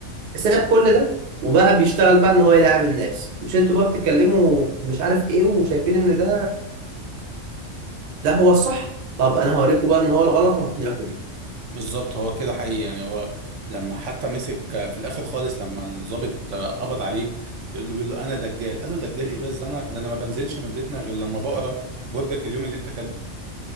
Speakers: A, on the right; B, on the right.
A: ساب كل ده وبقى بيشتغل بقى ان هو يلاعب الناس مش انتوا بقى بتتكلموا في مش عارف ايه وشايفين ان ده ده هو الصح طب انا هوريكم بقى ان هو الغلط وهقنعكم بيه
B: بالظبط هو كده حقيقي يعني هو لما حتى مسك آه، في الاخر خالص لما الضابط آه، قبض عليه بيقول له بيقول له انا دجال قال له دجال ايه بس ده انا ده انا ما بنزلش من بيتنا غير لما بقرا برجك اليوم اللي انت كاتبه